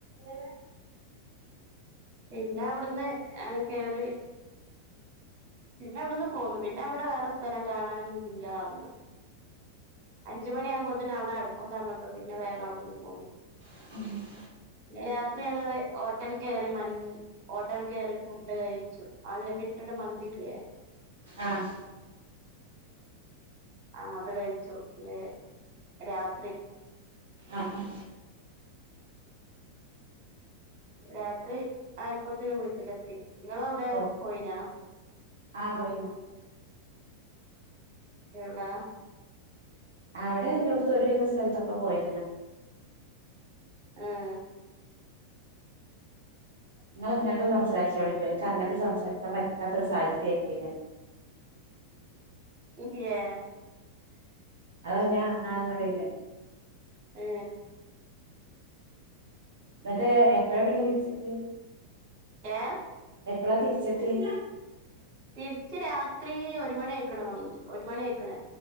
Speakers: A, on the right (about 60°); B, on the right (about 40°).
A: ഏ
B: പിന്നെ അവിട്ന്ന് കേറി പിന്നെ അവിടെന്ന് പോന്നു പിന്നെ അവിടെ വേറെ സ്ഥലം കാണാനില്ലാറ്ഞ്ഞു അഞ്ചുമണിയമ്പോത്തന്നെ അവിടെ അടക്കുന്നറഞ്ഞപ്പോ പിന്നെ വേഗവടവിന്ന് പോന്നു.
A: <inaudible>
B: രാത്രിങ്ങള് ഹോട്ടൽ കേറി മന്തി ഹോട്ടൽ കേറി ഫുഡ് കയിച്ചു. അൺലിമിറ്റട് മന്തില്ലേ?
A: ആഹ്
B: ആ അത് കയിച്ചു പിന്നരാത്രി
A: ആഹ് ആ
B: രാത്രി ആയപ്പോത്തന് വീട്ടിലെത്തി നിങ്ങളെവിടെ
A: ഓഹ്
B: പോയിനാ
A: ആഹ് പോയിന്
B: എവ്ടാ
A: അവിടെല്ലൊട്ത്തും ഒരുവിധ സ്ഥലത്തൊക്കെ പോയിക്ണ്
B: ആഹ്
A: ഇങ്ങള് ഇങ്ങട്ട് സംസാരിച്ചോളിട്ടോ എൻക്ക് അങ്ങോട്ട് സംസാരിക്കാൻ പറ്റാത്തൊരു സാഹചര്യയായിപോയിണ്
B: ഹ്‌ഹിയേ
A: അതാ ഞാൻ ആ ന്നറിണ
B: മ്
A: എന്നിട്ടേ എപ്പഴാപിന്നെ തിരിച്ചെത്തിയേ
B: ഏഹ്
A: എപ്പളാ തിരിച്ചെത്തിയേ
B: തിരിച്ച് രാത്രി ഒരു മണിയായ്ക്കണ് ഒരു മണിയിക്ക്ണ്